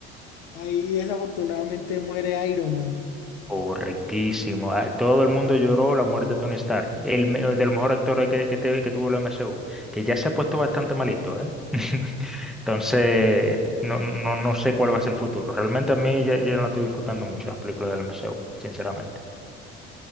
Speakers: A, on the left (about 60°); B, in the centre.
A: Ahí desafortunadamente muere Iron Man.
B: Correctísimo. Ah, Todo el mundo lloró la muerte de Tony Stark, el me- de los mejores actores que, que, te- que tuvo la MCU, que ya se ha puesto bastante malito, ¿eh? <laughs> Entonces, no, no, no sé cuál va a ser el futuro. Realmente a mí ya, ya no estoy disfrutando mucho las películas de la MCU, sinceramente.